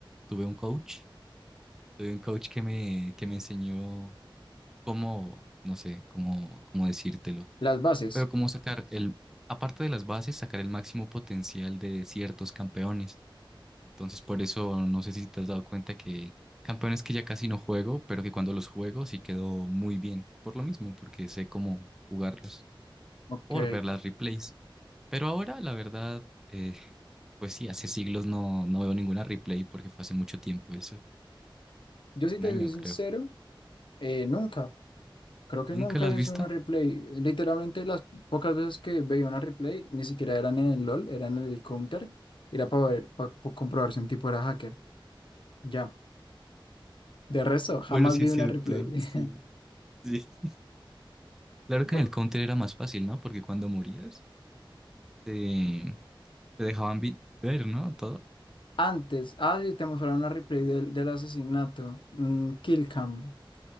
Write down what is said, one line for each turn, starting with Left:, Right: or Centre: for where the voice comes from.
Centre: tuve un coach, tuve un coach que me, que me enseñó cómo, no sé, cómo, cómo decírtelo,
Left: Las bases.
Centre: pero cómo sacar el, aparte de las bases, sacar el máximo potencial de ciertos campeones. Entonces, por eso no sé si te has dado cuenta que campeones que ya casi no juego, pero que cuando los juego sí quedó muy bien. Por lo mismo, porque sé cómo jugarlos,
Left: Ok.
Centre: por ver las replays. Pero ahora, la verdad, eh, pues sí, hace siglos no, no veo ninguna replay porque fue hace mucho tiempo eso.
Left: Yo sí
Centre: Un
Left: te
Centre: año,
Left: soy sincero,
Centre: creo.
Left: eh, nunca. Creo que
Centre: ¿Nunca
Left: nunca
Centre: las
Left: vi
Centre: has visto?
Left: una replay. Literalmente las pocas veces que veía una replay, ni siquiera eran en el LOL, eran en el Counter. Era para ver, para comprobar si un tipo era hacker. Ya. De resto, jamás
Centre: Bueno, sí
Left: vi
Centre: es
Left: una
Centre: cierto,
Left: replay. <laughs>
Centre: sí, sí. Claro que
Left: Po-
Centre: en el Counter era más fácil, ¿no? Porque cuando morías, te, te dejaban vi- ver, ¿no? Todo.
Left: Antes, ah, sí, te mostraron una replay del, del asesinato, mm, Kill Cam,